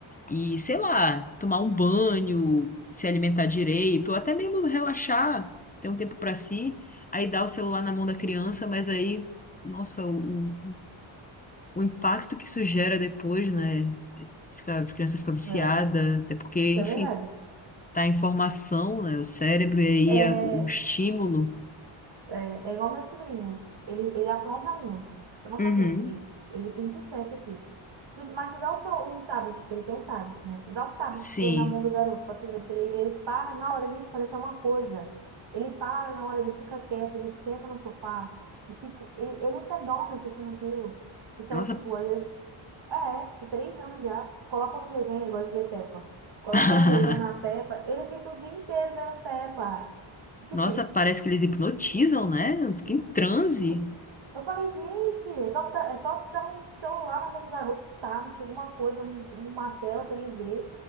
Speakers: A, on the left (about 15°); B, on the right (about 55°).
A: e, sei lá, tomar um banho, se alimentar direito, ou até mesmo relaxar, ter um tempo pra si, aí dá o celular na mão da criança, mas aí, nossa, o, o o impacto que isso gera depois, né? Fica, a criança fica viciada,
B: É, <laughs>
A: até porque,
B: isso
A: enfim,
B: é verdade.
A: tá em formação, né? O cérebro, e aí
B: É,
A: é o estímulo.
B: É, é igual meu sobrinho. Ele, ele apronta muito. Apronta
A: Uhum.
B: muito. Ele, tipo, ele pinta o sete aqui. Tu- Mas tu dá o seu, um tablet, que ele tem um tablet, né? Tu dá o tablet
A: Sim.
B: pro, na mão do garoto pra tu ver se ele, ele para na hora, gente, parece uma coisa. Ele para na hora, ele fica quieto, ele senta no sofá e fica. Ele, ele até dorme assistindo aquilo. Então,
A: Nossa.
B: tipo, às vezes. É, com três anos já. Coloca no desenho, ele gosta de ver Peppa. Coloca
A: <laughs>
B: no desenho na Peppa, ele fica o dia inteiro vendo Peppa. Tipo.
A: Nossa, parece que eles hipnotizam, né? Fica em transe.
B: é eu falei, gente, é só, dar- é só dar um celular na mão do garoto, um tablet, alguma coisa, um- uma tela pra ele ver,